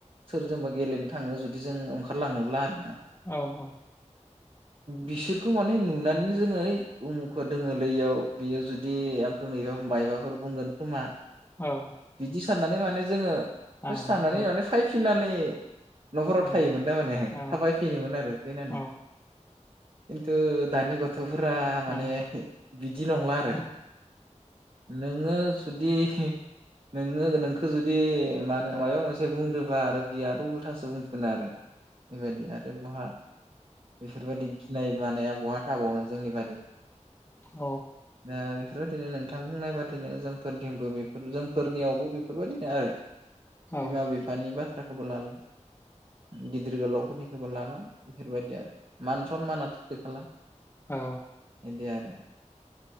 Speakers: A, on the right; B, on the left.
A: सोरजोंबा गेलेनो थाङो जुदि जों ओंखारलाङोब्ला आरो ना
B: औ औ।
A: बिसोरखौ माने नुनानैनो जोङो उमुखौ दोङोलै इयाव बियो जुदि आंखौ नुयो मायबाफोर बुंगोन खोमा
B: औ।
A: बिदि साननानै माने जोङो।
B: नाङामोन
A: ससे थांनानै माने फायफिननानै <inaudible> नखराव
B: उम
A: थायोमोन थारमाने
B: औ
A: थाबाय फिनोमोन आरो फैनानै।
B: औ
A: खिन्थु दानि गथ गथफोरा माने
B: औ उम
A: बिदि नंला आरो।
B: औ
A: नों <unintelligible> जुदि नोङो नोंखौ जुदि मा होनो मायबा मोनसे बुंदोंबा आरो बिराद उल्थासो बुंफिनो आरो। बेबायदि आरो बहा बेफोरबायदि गिनाय मानाया बहा थाबावनो जोंनि बादि
B: औ
A: दा बेफोरबाय नोंथां बुंनाय बादिनो जोंफोरथिंबो बेफोरजों फोरनियाव। औ बेफोरबायदिनो आरो
B: औ
A: बिमा बिफानि बाथ्रा। खब लाल गिदिर गोलावफोरनिखौबो लाला। बेफोरबायदि आरो मान सनमानाथ गैखाला।
B: औ
A: एदि आरो।